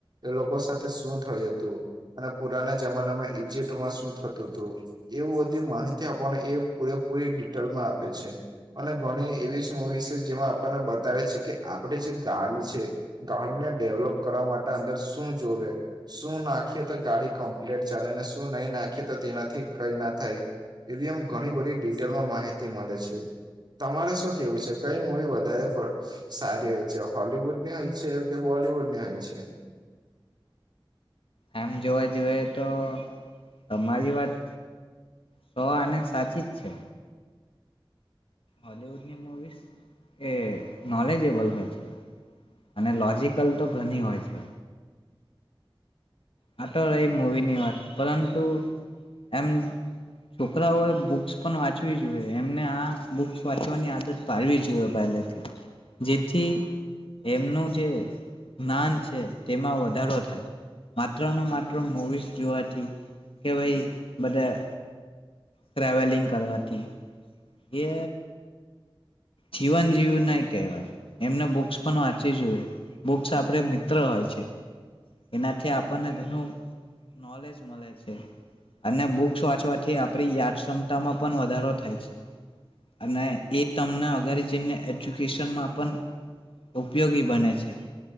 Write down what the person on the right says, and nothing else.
એ લોકો સાથે શું થયું તું અને પુરાના જમાનામાં ઈજિપ્ટમાં શું થતું તું. એવું બધી માહિતી આપણને એ પૂરેપૂરી ડિટેલમાં આ પે છે અને ઘણી એવી મુવીઝ છે, જેમાં આપણને બતાવે છે કે આ પડે જે ગાડી છે, ગાડી ને ડેવલોપ કરવા મા ટે અંદર શું જોવે. શું નાખીએ તો ગાડી કમ્પ્લેટ ચાલે ને, શું નહી નાખીએ તો તેનાથી કઈ ના થાય. એવી આમ ઘણી બધી ડિટેલમાં માહિ તે મળે છે. તમારે શું કેવું છે? કઈ મુવી વધારે પ સારી હોય છે, હોલવુડની હોય છે કે બોલીવુડની હોય છે?